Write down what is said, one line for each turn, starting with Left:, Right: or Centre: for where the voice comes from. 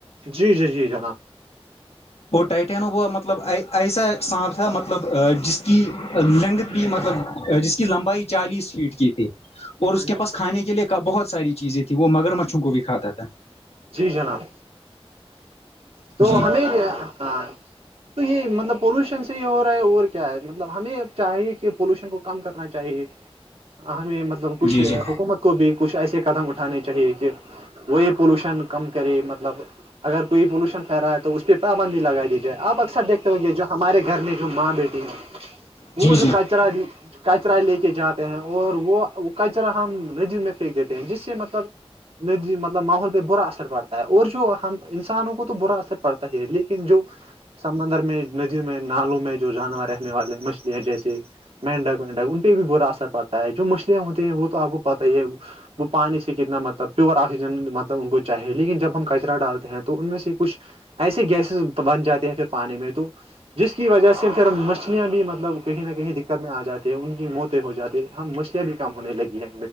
Right: جی جی جی جناب
Left: وہ ٹائٹینو ہوا مطلب ایسا سانپ تھا مطلب جس کی لینگتھ بھی مطلب جس کی لمبائی چالیس فیٹ کی تھی اور
Right: ہاں
Left: اس کے
Right: جی
Left: پاس کھانے کے لیے بہت ساری چیزیں تھی وہ مگر مچھوں کو بھی کھاتا تھا
Right: جی جناب تو
Left: جی
Right: ہمیں ہاں تو یہ مطلب پولوشن سے ہی ہو رہا ہے اور کیا ہے مطلب ہمیں چاہیے کہ کہ پولوشن کو کم کرنا چاہیے ہمیں مطلب کچھ
Left: جی جی
Right: حکومت کو بھی کچھ ایسے قدم اٹھانے چاہیے کہ وہی پولوشن کم کرے مطلب اگر کوئی پولوشن پھی رہا ہے تو اس پہ پابندی لگا دی جائے آپ اکثر دیکھتے ہ گے جو ہمارے گھر میں جو ماں بیٹی ہیں
Left: جی
Right: وہ جو کچرا کچرا لے کے جاتے ہیں اور وہ وہ کچرا ہم رجو میں پھینک دیتے ہیں جس سے مطلب ی مطلب ماحول پہ برا اثر پڑتا ہے اور جو ہم انسانوں کو تو برا اثر پڑتا ہی ہے لیکن جو سمندر میں ندیوں میں نالوں میں جو جانور رہنے والے مچھل ہیں جیسے مینڈک مینڈک ان پہ بھی برا اثر پڑتا ہے جو مچھلں ہوتے ہیں وہ تو آپ کو پتا ہی ہے وہ پانی سے کتنا مطلب پیور آکسیجن مطلب ان کو چاہیے لیکن جب ہم کچرا ڈالتے ہیں تو ان میں سے کچھ ایسے گیسز بن جاتے ہیں پھر پانی میں تو جس کی وجہ سے پھر مچھلیاں بھی مطلب کہیں نہ کہیں دکھ کر میں آ جاتے ہیں ان کی موتیں ہو جاتی ہیں ہم مسئلیں بھی کم ہونے لگی ہیں